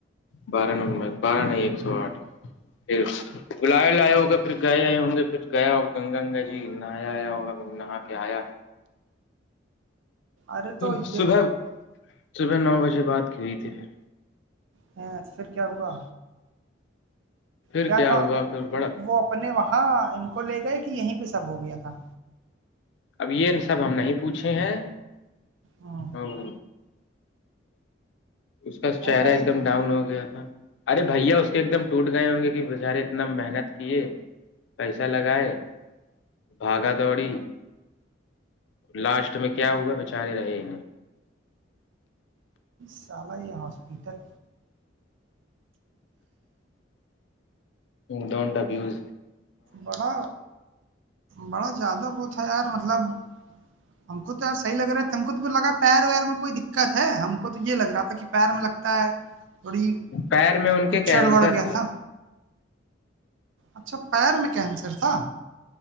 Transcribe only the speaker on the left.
بارہ نمبر بارہ ایک سو آٹھ پھر بل لیا ہوگا پھر گئے آئے ہوں گے پھر گیا اور گنگا گنگا جی نہایا آیا ہوگا نہا کے آیا
پھر
صبح صبح نو بجے بات کی ہوئی تھی پھر
پھر
ہوا پھر بڑا
اب یہ سب ہم نہیں پوچھے ہیں
اور اس کا
چہرہ
ایک دم ڈاؤن ہو گیا تھا ارے بھیا اس کے ایک دم ٹوٹ گئے ہوں گے کہ بیچارے اتنا محنت کیے پیسہ لگائے بھاگا دوڑی لاسٹ میں کیا ہوا بیچارے رہےہ
ڈونٹا بیوز
پیر میں ان
کے کینسر